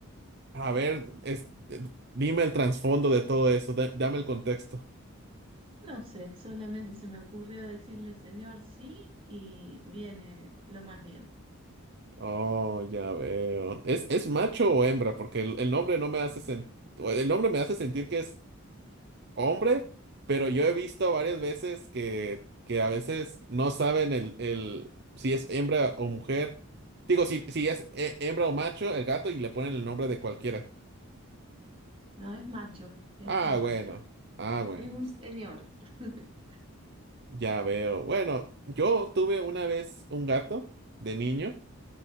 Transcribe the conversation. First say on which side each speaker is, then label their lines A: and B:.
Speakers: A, on the right; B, on the right.
A: A ver, es- dime el trasfondo de todo eso. da- dame el contexto.
B: No sé, solamente se me ocurrió decirle Señor Sí y viene lo más bien.
A: Oh, ya veo. ¿Es, es macho o hembra? Porque el, el nombre no me hace sen- o el nombre me hace sentir que es hombre, pero yo he visto varias veces que, que a veces no saben el, el- si es hembra o mujer. Digo, si, si es he- hembra o macho, el gato, y le ponen el nombre de cualquiera.
B: No, es macho, este
A: Ah,
B: es macho.
A: bueno. Ah, bueno.
B: Es un señor. <laughs>
A: Ya veo. Bueno, yo tuve una vez un gato de niño